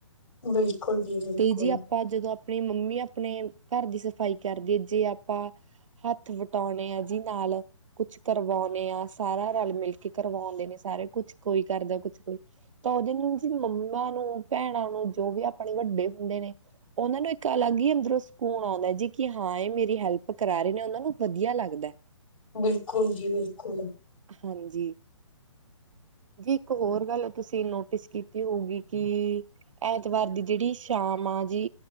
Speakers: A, on the left (about 80°); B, on the right (about 75°).
A: ਬਿਲਕੁਲ ਜੀ ਬਿਲਕੁਲ
B: ਤੇ ਜੀ ਆਪ ਆਪਾਂ ਜਦੋਂ ਆਪਣੀ ਮੰਮੀ ਆਪਣੇ ਘਰ ਦੀ ਸਫ਼ਾਈ ਕਰਦੀ ਹੈ, ਜੇ ਆਪਾਂ ਹੱਥ ਵਟਾਉਣੇ ਐ ਜੀ ਨਾਲ ਕੁਛ ਕਰਵਾਉਂਦੇ ਆ ਸਾਰਾ ਰਲ ਮਿਲ ਕੇ ਕਰਵਾਉਂਦੇ ਨੇ ਸਾਰੇ, ਕੁਛ ਕੋਈ ਕਰਦਾ ਕੁਛ ਕੋਈ ਤਾਂ ਉਹਦੇ ਨੂੰ ਜ ਮੰਮਾ ਨੂੰ, ਭੈਣਾਂ ਨੂੰ ਜੋ ਵੀ ਆਪਣੇ ਵੱਡੇ ਹੁੰਦੇ ਨੇ ਉਹਨਾਂ ਨੂੰ ਇੱਕ ਅਲੱਗ ਹੀ ਅੰਦਰੋਂ ਸਕੂਨ ਆਉਂਦਾ ਜੀ ਕਿ ਹਾਂ ਇਹ ਮੇਰੀ ਹੈਲਪ ਕਰਾ ਰਹੇ ਨੇ, ਉਹਨਾਂ ਨੂੰ ਵਧੀਆ ਲੱਗਦਾ
A: ਬਿਲਕੁਲ ਜੀ ਬਿਲਕੁਲ
B: ਹਾਂਜੀ ਜੀ ਇੱਕ ਹੋਰ ਗੱਲ ਤੁਸੀਂ ਨੋਟਿਸ ਕੀਤੀ ਹੋਊਗੀ ਕਿ ਐਤਵਾਰ ਦੀ ਜਿਹੜੀ ਸ਼ਾਮ ਆ ਜੀ,